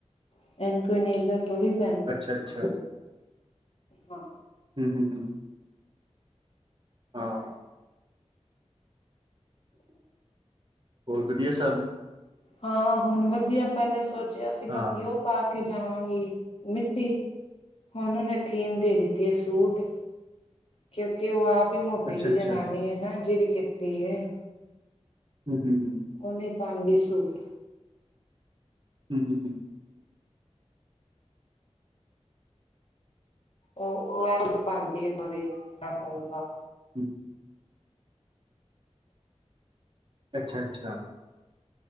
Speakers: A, on the left (about 60°); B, on the right (about 45°).
A: <unintelligible>
B: ਅੱਛਾ ਅੱਛਾ।
A: ਹਾਂ
B: ਹਮ ਹਮ ਹਮ। ਹਾਂ। ਹੋਰ ਵਧੀਆ ਸਬ?
A: ਹਾਂ ਹੁਣ ਵਧੀਆ ਪਹਿਲੇ ਸੋਚਿਆ ਸੀਗਾ
B: ਹਾਂ
A: ਕਿ ਉਹ ਪਾ ਕੇ ਜਾਵਾਂਗੀ, ਮਿੱਟੀ ਹੁਣ ਉਹਨੇ ਥੀਮ ਦੇ ਦਿੱਤੀ ਏ ਸੂਟ ਕਿਉਂਕਿ ਉਹ ਆਪ ਹੀ ਮੋਟੀ
B: ਅੱਛਾ
A: ਜਿ
B: ਅੱਛਾ
A: ਜਨਾਨੀ ਏ ਨਾ, ਜਿਹੜੀ ਕਿੱਟੀ ਹੈ।
B: ਹਮ ਹੂੰ ਹੂੰ।
A: ਓ ਨੀਂ ਪਾਂਦੀ ਸੂਟ।
B: ਹਮ ਹਮ ਹਮ।
A: ਉਹ ਉਹ ਐਂਡ ਪਣਦੀ <unintelligible>
B: ਹਮ। ਅੱਛਾ, ਅੱਛਾ।